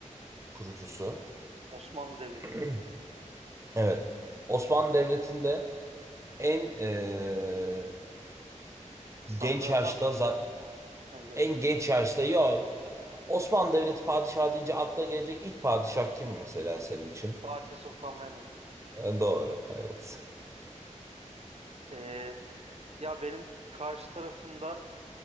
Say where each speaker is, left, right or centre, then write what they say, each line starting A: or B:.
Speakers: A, on the right; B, on the right.
A: kurucusu?
B: Osmanlı Devleti'nin.
A: <clears throat> Evet. Osmanlı Devleti'nde en e,
B: Sadrazam
A: genç yaşta
B: mı?
A: za-
B: Yani yok.
A: en genç yaşta ya Osmanlı Devleti padişahı deyince akla gelecek ilk padişah kim mesela senin için?
B: Fatih Sultan Mehmet.
A: E, Doğru. Evet.
B: Ee, Ya benim karşı tarafımda